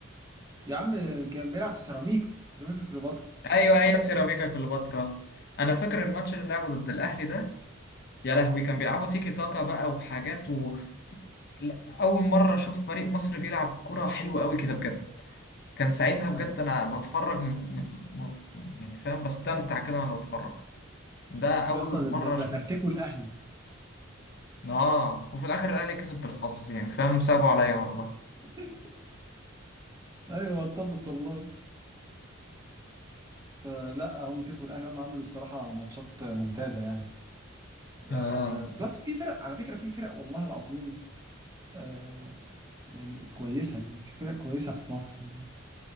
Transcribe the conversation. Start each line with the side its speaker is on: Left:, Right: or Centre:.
Right: يا عم كان بيلعب في سيراميكا سيراميكا كليوباترا
Left: أيوه هي سيراميكا كليوباترا أنا فاكر الماتش اللي لعبه ضد الأهلي ده يا لهوي كان بيلعبوا تيكي تاكا بقى وحاجات و... لا، أول مرة أشوف فريق مصر بيلعب كرة حلوة أوي كده بجد كان ساعتها
Right: ده
Left: بجد أنا بتفرج م... م... م... يعني فاهم بستمتع كده وأنا بتفرج ده
Right: يا
Left: أول
Right: اسطى
Left: مرة
Right: ده, ده
Left: أشوف
Right: ده فرتكوا الاهلي
Left: مصر آه وفي الآخر الأهلي كسب بالحظ يعني فاهم صعبوا عليا والله
Right: <laughs> ايوه اتفق والله فلا هم كسبوا الاهلي هم عملوا الصراحه ماتشات ممتازه يعني أه
Left: آه
Right: بس في فرق على فكره في فرق والله العظيم آه يعني كويسة يعني في فرق كويسة في مصر يعني